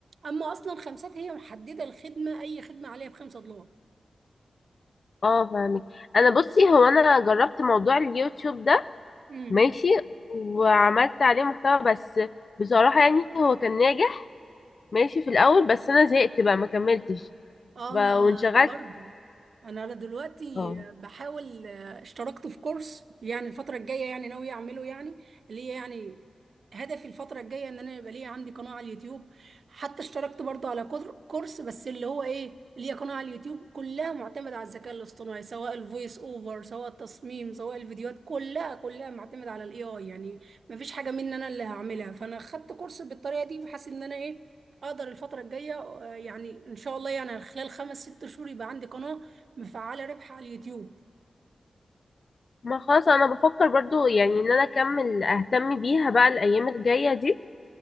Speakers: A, on the right; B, on the left.
A: اما اصلا خمسات هي محدده الخدمه اي خدمه عليها بخمسه دولار
B: اه فاهمك انا بصي هو انا جربت موضوع اليوتيوب ده
A: امم.
B: ماشي وعملت عليه محتوى بس بصراحة يعني هو كان ناجح ماشي في الاول بس انا زهقت بقى ما كملتش
A: اه
B: ف-
A: انا
B: وانشغلت
A: انا برضو انا دلوقتي
B: اه
A: بحاول آه، اشتركت في كورس يعني الفتره الجايه يعني ناوي اعمله يعني اللي هي يعني هدفي الفتره الجايه ان انا يبقى ليا عندي قناه على اليوتيوب حتى اشتركت برضو على كور- كورس بس اللي هو ايه ليا قناه على اليوتيوب كلها معتمده على الذكاء الاصطناعي سواء الفويس اوفر سواء التصميم سواء الفيديوهات كلها كلها معتمده على الاي اي يعني مفيش حاجه مني انا اللي هعملها فانا خدت كورس بالطريقه دي بحيث ان انا ايه اقدر الفترة الجاية آه، يعني ان شاء الله يعني خلال خمس ست شهور يبقى عندي قناة مفعلة ربح على اليوتيوب
B: ما خلاص انا بفكر برضو يعني ان انا اكمل اهتم بيها بقى الايام الجايه دي